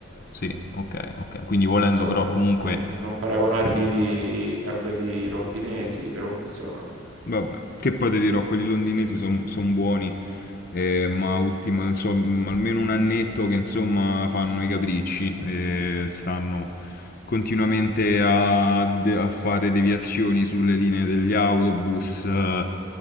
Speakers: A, on the left (about 45°); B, on the right (about 75°).
A: Sì, ok, ok. Quindi volendo
B: funzionano,
A: però comunque
B: non, non paragonarli a quelli londinesi, però funzionano.
A: Vabbè, che poi ti dirò, quelli londinesi sono buoni, eh, ma ultima, insomma, almeno un annetto che insomma fanno i capricci e stanno continuamente a, de- a fare deviazioni sulle linee degli autobus, eh,